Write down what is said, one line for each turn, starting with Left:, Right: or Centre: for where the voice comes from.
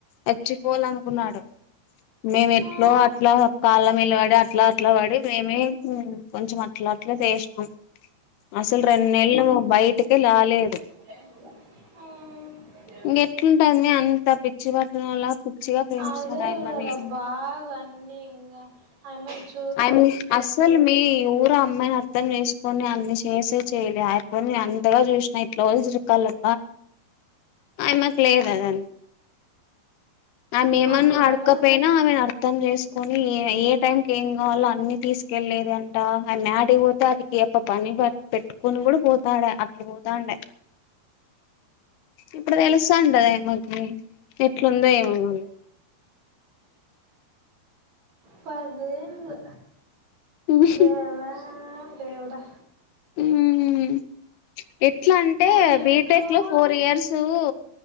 Left: సచ్చిపోవాల అనుకున్నాడు మేము ఎట్లో
Right: ఆ
Left: అట్లా కాళ్ళ మెల్ల పడి అట్లా అట్లా పడి మేమే ఉమ్మ్ కొంచెం అట్లా అట్లా చేసినాం అసలు రెండు నెలలు బయటికే రాలేదు
Right: ఉ
Left: ఇంక ఎట్లుంటాంది మీ అంత పిచ్చి పట్టన వలా పిచ్చిగా ప్రేమిస్తుంట
Right: అదే
Left: ఆమని
Right: కదా బాగా వన్నీ ఇగ అమ్మాయి ఇంచ్
Left: అమ్ అసలు మీ ఇప్పుడు అమ్మాయిని అర్థం చేసుకొని అన్ని చేసే చేయి ఆయపోని అంతగా చూసినా ఇంట్లో చిరుక్కాల ఆయ మాకు లేదుఆదాన్ని ఆమ ఏమన్నా
Right: అంతగా
Left: ఆడకపోయినా ఆమెను అర్థం చేస్త కొని ఏ ఏ టైంకి ఏం కావాలో అన్ని తీసుకెళ్లేద అంట ఆ మ్యాటపో దాకి అప్ప పని పెట్టుకోని కూడా పోతాడ అట్లా పోతాండే ఇప్పుడు తెలుసాంటదే ఆమకి ఎట్లుందో ఏమో ఉ
Right: పదేళ్లు
Left: మళ్ళ
Right: దేవడా దేవుడా
Left: మ్మ్ ఎట్లా అంటే
Right: ఇంట్లో
Left: బీటెక్ లో
Right: కూడా
Left: ఫోర్
Right: అన్ని
Left: ఇయర్స్ ముందు